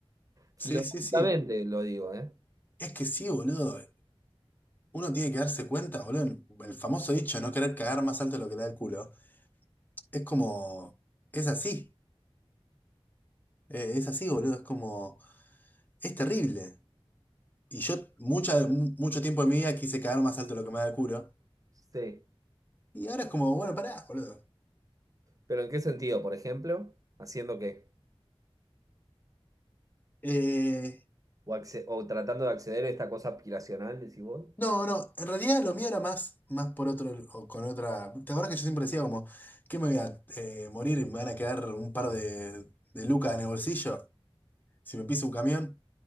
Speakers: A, on the right; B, on the left.
A: Filosóficamente
B: sí, sí, sí.
A: lo digo, ¿eh?
B: Es que sí, boludo. Uno tiene que darse cuenta, boludo. El famoso dicho, no querer cagar más alto de lo que da el culo. Es como... Es así. Eh, es así, boludo. Es como... Es terrible. Y yo mucha, mu- mucho tiempo de mi vida quise caer más alto de lo que me da el culo.
A: Sí.
B: Y ahora es como, bueno, pará, boludo.
A: ¿Pero en qué sentido? Por ejemplo, haciendo qué?
B: Eh,
A: O, acce- o tratando de acceder a esta cosa aspiracional, decís vos.
B: no, no, en realidad lo mío era más, más por otro, o con otra. ¿Te acuerdas que yo siempre decía como, que me voy a eh, morir y me van a quedar un par de, de lucas en el bolsillo si me piso un camión?